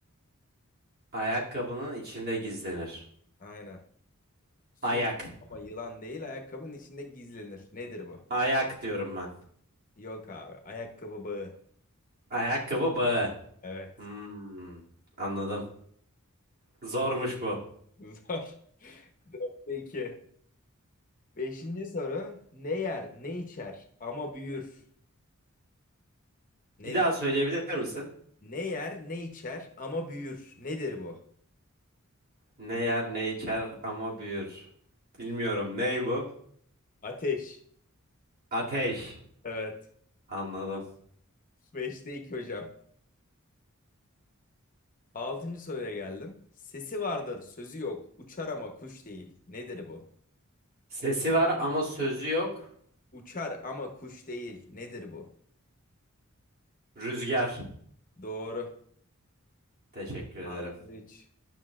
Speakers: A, on the right (about 45°); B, on the left (about 40°).
A: Ayakkabının içinde gizlenir.
B: Aynen. Sür
A: Ayak.
B: ama yılan değil ayakkabının içinde gizlenir. Nedir bu?
A: Ayak diyorum ben.
B: Yok abi. Ayakkabı bağı.
A: Ayakkabı bağı.
B: Evet.
A: Hmm, anladım. Zormuş bu.
B: <laughs> Zor. 4'te 2. Beşinci soru. Ne yer ne içer ama büyür. Nedir?
A: Bir daha söyleyebilir misin?
B: Ne yer ne içer ama büyür. Nedir bu?
A: Ne yer ne içer ama büyür. Bilmiyorum. Ney bu?
B: Ateş.
A: Ateş.
B: Evet.
A: Anladım.
B: Beşte 2 hocam. Altıncı soruya geldim. Sesi vardır, sözü yok. Uçar ama kuş değil. Nedir bu?
A: Sesi var ama sözü yok.
B: Uçar ama kuş değil. Nedir bu?
A: Rüzgar.
B: Doğru.
A: Teşekkür ederim.
B: Altı üç.